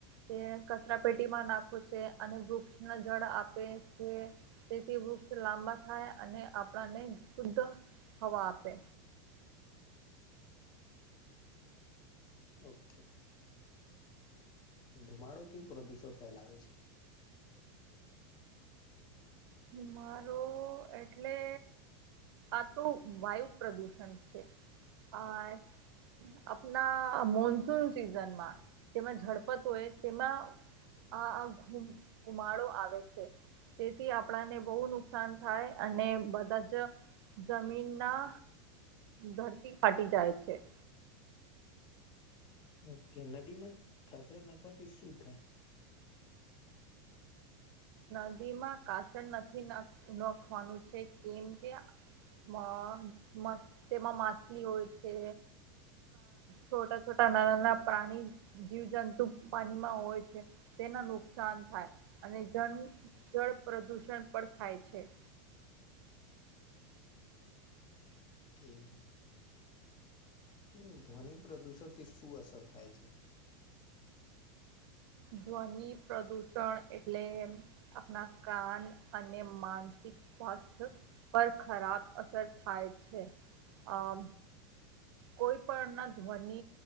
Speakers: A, on the right; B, on the left.
A: કે કચરા પેટીમાં નાખો છે અને વૃક્ષ ને જળ આપે છે. તેથી વૃક્ષ લાંબા થાય અને આપણાને શુદ્ધ હવા આપે.
B: ઓકે. ધુમાડો કે પ્રદૂષણ ફેલાવે છે.
A: મારો એટલે આ તો વાયુ પ્રદુષણ છે આ આપણા મોનસૂન સિઝનમાં જેમાં ઝડપત હોય તેમાં આ ઘુ ગુમાડો આવે છે. થી આપણાને બહુ નુકસાન થાય અને બધા જ જમીનના ધરતી ફાટી જાય છે.
B: ઓકે નદી માં ખાજર નાખવાથી શું થાય?
A: નદીમાં કાસળ નથી નાખ નાખવાનું છે કેમ કે માં તે તેમાં માછલી હોય છે. છોટા છોટા નાના નાના પ્રાણી, જીવજંતુ પાણીમાં હોય છે. તેના નુકસાન થાય અને જન જળ પ્રદૂષણ પણ થાય છે.
B: કે મેમ હમ્મ, ધ્વનિ પ્રદુષણ થી શું અસર થાય છે?
A: ધ્વનિ પ્રદૂષણ એટલે આપણા કાન અને માનસિક સ્વાસ્થ પર ખરાબ અસર થાય છે. આ કોઈ પણ ના ધ્વનિ